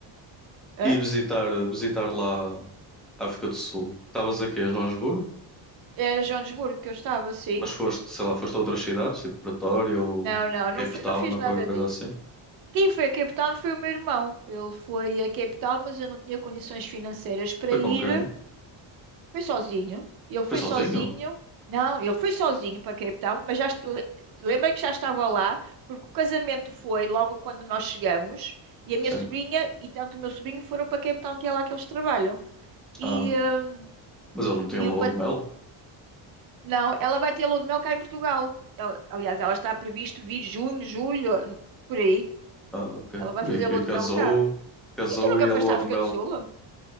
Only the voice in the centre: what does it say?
e visitar, visitar lá a África do Sul. Estavas aqui a Joanesburgo,
mas foste, sei lá, foste a outras cidades, tipo Pretória ou
Cape
Town
ou
qualquer coisa
assim.
Foi
com quem?
Foi sozinho?
Sim.
Ah,
mas eles não tinham
lua
de mel?
Ah, ok.
Ui,
que
casou,
casou
e
a lua
de mel.